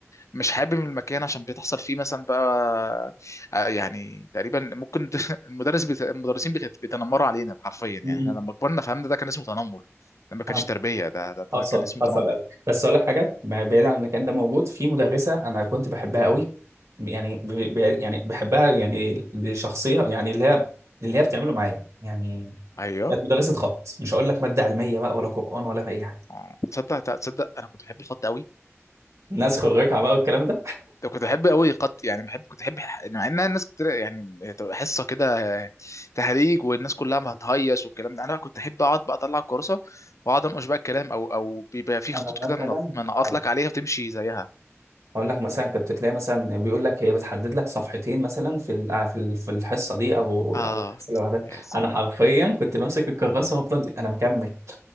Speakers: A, on the left; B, on the right.
A: مش حابب المكان عشان بتحصل فيه مثلا بقى آه، يعني تقريبا ممكن <laughs> المدرس بت... المدرسين بت... بيتنمروا علينا حرفيا يعني
B: م-
A: احنا
B: م.
A: لما كبرنا فهمنا ده كان اسمه تنمر ده ما كانش
B: فاهمك
A: تربيه ده ده,
B: حصل
A: ده كان اسمه
B: حصل
A: تنمر
B: قوي بس اقول لك حاجه ما- بعيد عن المكان ده موجود في مدرسه انا كنت بحبها قوي يعني ب... ب... يعني بحبها يعني لشخصيه يعني اللي هي اللي هي بتعمله معايا يعني
A: ايوه
B: كانت مدرسه خط مش هقول لك ماده علميه بقى ولا قران ولا اي حاجه
A: اه تصدق تصدق انا كنت بحب الخط قوي
B: ناس خريجه بقى والكلام ده
A: ده كنت بحب قوي خط يعني بحب كنت بحب ح- مع انها الناس كتير يعني تبقى حصه كده تهريج والناس كلها ما هتهيص والكلام ده انا بقى كنت احب اقعد بقى اطلع الكراسه واقعد انقش بقى الكلام او او بيبقى في خطوط
B: انا مثلا
A: كده من- منقط
B: هقول
A: لك عليها وتمشي زيها
B: هقول لك مثلا كنت تلاقي مثلا بيقول لك هي بتحدد لك صفحتين مثلا في ال- آه، في ال- في الحصه دي او
A: اه
B: او الحصه اللي بعدها
A: يا سي-
B: انا حرفيا كنت بمسك الكراسه وافضل انا مكمل